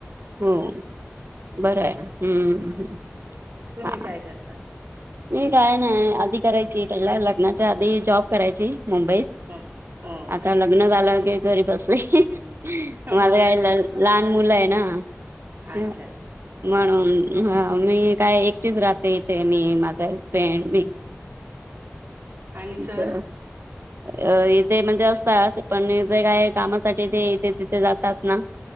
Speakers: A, on the right; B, on the right.
A: हो
B: हम्म
A: बरं आहे हम्म हम्म.
B: तुम्ही
A: हा
B: काय करता?
A: मी काय नाय आदी करायची पहिला लग्नाच्या आधी जॉब करायची मुंबईत
B: हो हो
A: आता लग ग्न झालं की घरी बसले मला
B: बरं
A: यायला
B: आहे
A: लहान मुलं आहे ना. येव
B: अच्छा अच्छा हम्म
A: म्हणून हा मी काय एकटीच राहते इथे मी मा करपे मी.
B: आणि
A: <unintelligible>
B: सर
A: अ इथे म्हणजे असतात पण इथे काय कामासाठी ते इथे तिथे जातात ना.